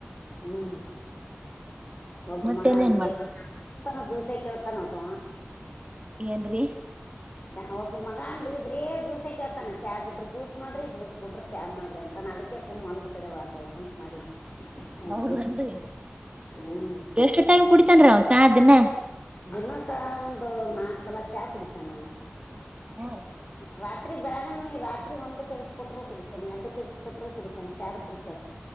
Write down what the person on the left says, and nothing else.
ಹ್ಮ್ ಒಬ್ಬ
ಮಗನ್ರಿ
ತಾನ ಜ್ಯೂಸೆ ಕೇಳತಾನ ಒಬ್ಬ
ಚಾ ಒಬ್ಬ ಮಗ ಅನ್ರಿ ಬ್ರೇ ಜ್ಯೂಸೆ ಕೇಳ್ತಾನೆ ಚಾ ಬಿಟ್ರರು ಜ್ಯೂಸ್ ಮಾಡ್ರಿ ಜ್ಯೂಸ್ ಬಿಟ್ರ ಚಾ ಮಾಡ್ರಿ ಅಂತಾನ ನ ಅದಕ್ಕೆ ಸು್ ಒಲದ ಕಡೆ ವಾದ್ರ ಆಯತಂತ ಮಾಡಿ ಅವನಿಗೆ
ಬಿಟ್ಟ ಹ್ಮ್
ದಿನಕ್ಕ ಒಂದು ನಾಕ್ ಸಲ ಚಾ ಕುಡಿತಾನ
ರಾತ್ರಿ ಬೆಳಗನ ರಾತ್ರಿ ಒಂದ್ ಕೆಲ್ಸ ಕೊಟರು ಕುಡಿತಾನನೆ ಎಡ್ ಕೆಲ್ಸ ಕೊಟರು ಕುಡಿತಾನೆ ಚಾದ ಪುರ್ತ್ಯಾಗ